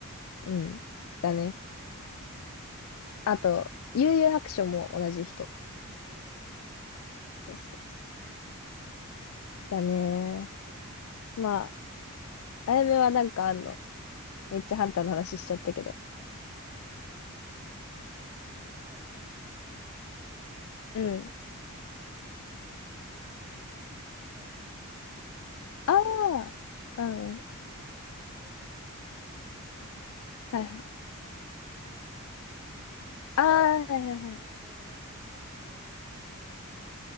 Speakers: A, on the left; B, on the right.
A: い、うん。だね。あと、悠々白書も同じ人。
B: うんうんうんうん。
A: そうそうそう。だね。まあ、あやめはなんかあんの。
B: 私ね、
A: めっちゃハンターの話しちゃったけど。
B: 漫画は妹がめっちゃ集めてて、
A: うん。
B: そうね、チェンソーマン面白かったし、
A: ああ、うん。
B: あと、鬼滅呪術とか、あと、その、
A: はいはい。
B: あれ、ヤクネバとか、まあ、
A: ああ、はいはいはい。
B: 王道は結構読んでて、